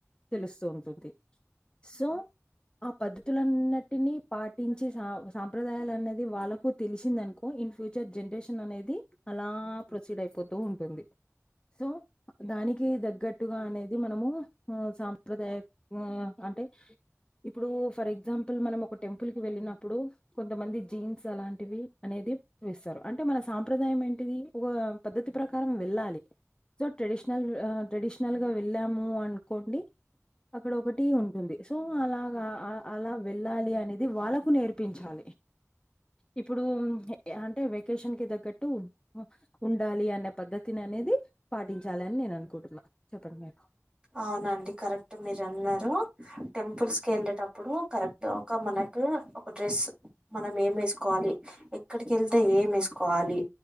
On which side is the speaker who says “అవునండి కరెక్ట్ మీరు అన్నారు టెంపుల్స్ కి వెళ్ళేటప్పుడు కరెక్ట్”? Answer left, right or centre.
Right